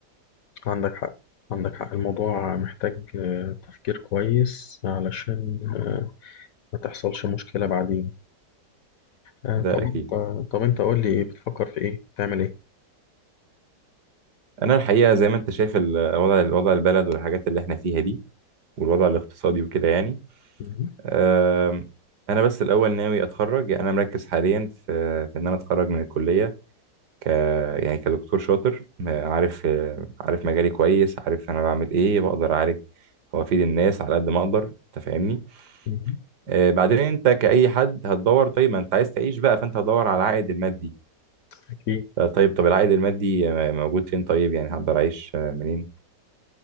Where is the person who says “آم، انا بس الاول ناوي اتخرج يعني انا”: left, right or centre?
Right